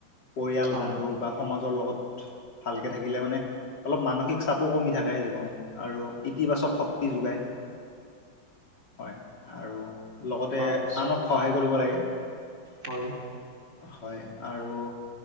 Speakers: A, on the left; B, on the right.
A: পৰিয়াল
B: হয়
A: বন্ধু বা সমাজৰ লগত। ভালকে থাকিলে মানে অলপ মানসিক চাপো কমি থাকে জীৱনত আৰু ইতিবাচক শক্তি যোগায়। হয়। আৰু লগতে
B: হয় নিশ্চয়
A: আনক সহায় কৰিব লাগে।
B: হয়
A: হয় আৰু